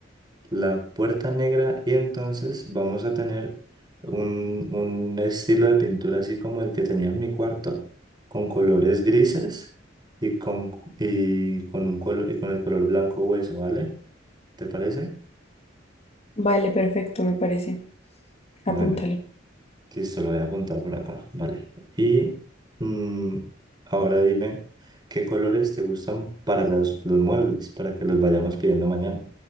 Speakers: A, on the right; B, on the left.
A: La puerta negra y entonces vamos a tener un, un estilo de pintura así como el que tenía en mi cuarto, con colores grises y con, y con, un colo- y con el color blanco hueso, ¿vale? ¿Te parece?
B: Vale, perfecto, me parece. Apúntalo.
A: Bueno. Listo, lo voy a apuntar por acá. Vale. Y mm, ahora dime, ¿qué colores te gustan para las- los muebles? Para que los vayamos pidiendo mañana.